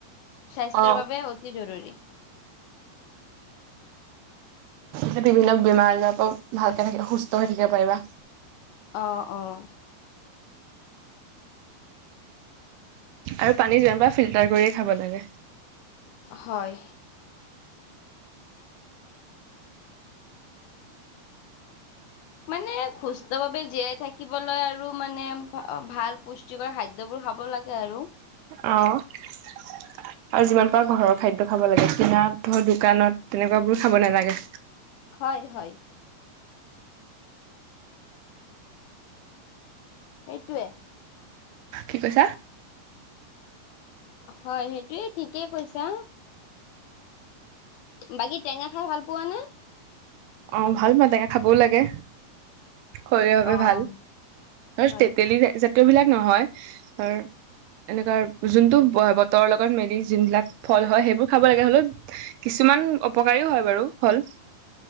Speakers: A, on the left; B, on the right.
A: স্বাস্থ্যৰ
B: অ
A: বাবে অতি জৰুৰী।
B: তে বিভিন্ন বেমাৰ আজাৰৰ পৰা ভালকে সুস্থ হৈ থাকিব পাৰিবা।
A: অ' অ'।
B: আৰু পানী যিমান পাৰা ফিল্টাৰ কৰিয়ে খাব লাগে।
A: হয়। মানে সুস্থ ভাৱে জীয়াই থাকিবলৈ আৰু মানে ভাল পুষ্টি যুগাৰ খাদ্য বোৰ খাব লাগে আৰু।
B: আহ। আৰু যিমান পাৰা ঘৰৰ খাদ্য খাব লাগে কিনা ধৰ দোকানত তেনেকুৱা বোৰ খাব নালাগে।
A: হয় হয়। এইটোৱে।
B: কি কৈছা?
A: হয় সেইটোৱে ঠিকে কৈছা। বাকী টেঙা খাই ভাল পোৱা নে?
B: অহ' ভাল পাওঁ টেঙা খাবও লাগে। শৰীৰৰ বাবে
A: অ
B: ভাল আৰু
A: হয়
B: তেতেলী জাতীয় বিলাক নহয় আৰু এনেকুৱা যোনটো বতৰৰ লগত মিলি যোনবিলাক ফল হয় সেইবোৰ খাব লাগে হ'লেও কিছুমান অপকাৰীও হয় বাৰু ফল।